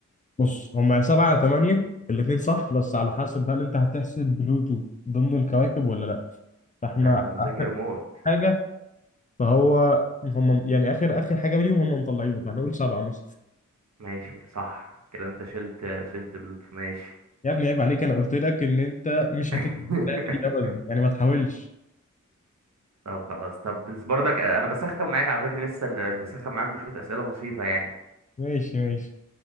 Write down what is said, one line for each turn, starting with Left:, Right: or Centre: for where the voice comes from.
Left: بص هما سبعة تمانية الاتنين صح بس على حسب هل انت هتحسب بلوتو ضمن الكواكب ولا لا فاحنا
Right: ده أنت مذاكر
Left: اخر
Right: موت
Left: حاجة فهو هم يعني اخر اخر حاجة ليهم هم مطلعينه فاحنا نقول سبعة مثلا
Right: ماشي صح كده أنت شلت شلت بلوتو ماشي
Left: يا ابني عيب عليك انا قلت لك ان انت مش
Right: <laughs>
Left: هتكتب اللعبة دي ابدا يعني ما تحاولش
Right: طب خلاص طب بس برضك آه، أنا بسخن معاك على فكرة لسه ال- بسخن معاك بشوية أسئلة بسيطة يعني
Left: ماشي ماشي